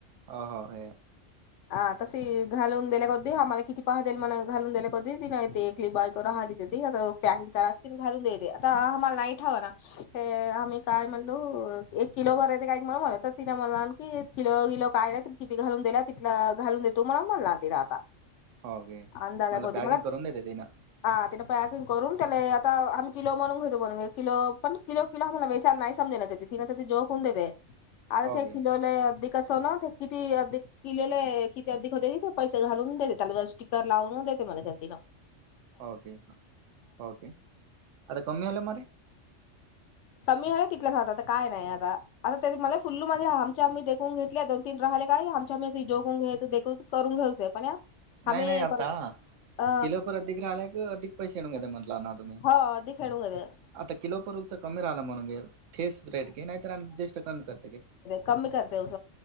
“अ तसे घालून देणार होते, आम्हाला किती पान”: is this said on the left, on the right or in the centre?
Left